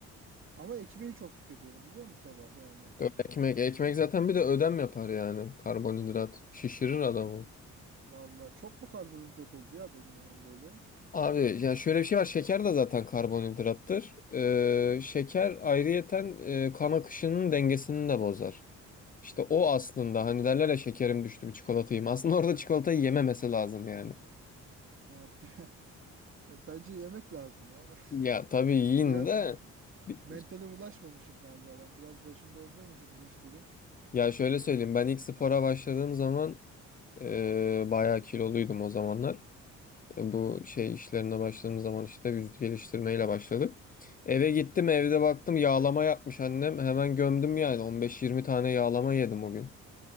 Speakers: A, on the right; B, on the left.
A: Ama ekmeği çok tüketiyorum biliyor musun sabah yani.
B: Dö- Ekmek, ekmek zaten bir de ödem yapar yani. Karbonhidrat şişirir adamı.
A: Vallahi çok mu karbonhidrat oldu ya benim ömrüm böyle?
B: Abi ya şöyle bir şey var. Şeker de zaten karbonhidrattır. Ee, şeker ayrıyeten e, kan akışının dengesini de bozar. İşte o aslında hani derler ya şekerim düştü bir çikolata yiyeyim. Aslında orada çikolatayı yememesi lazım yani.
A: Yani <laughs> bence yemek lazım ya.
B: Ya tabii
A: <laughs>
B: yiyin
A: Biraz
B: de bi-
A: mentale ulaşmamışım galiba ben. Biraz başında olduğum için bu işlerin.
B: ya şöyle söyleyeyim ben ilk spora başladığım zaman e, bayağı kiloluydum o zamanlar. E, bu şey işlerine başladığım zaman işte vücut geliştirmeyle başladık. Eve gittim evde baktım yağlama yapmış annem hemen gömdüm yani 15-20 tane yağlama yedim o gün.